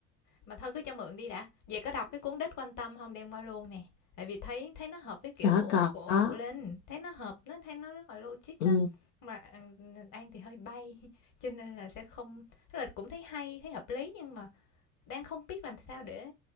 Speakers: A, on the left (about 45°); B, on the left (about 80°).
A: mà thôi cứ cho mượn đi đã về có đọc cái cuốn đích quan tâm không đem qua luôn nè tại vì thấy thấy nó hợp với kiểu
B: có
A: của của
B: có
A: của linh thấy nó hợp nó thấy nó rất là logic
B: ừ.
A: á mà à, An- thì hơi bay <laughs> cho nên là sẽ không tức là cũng thấy hay thấy hợp lý nhưng mà đang không biết làm sao để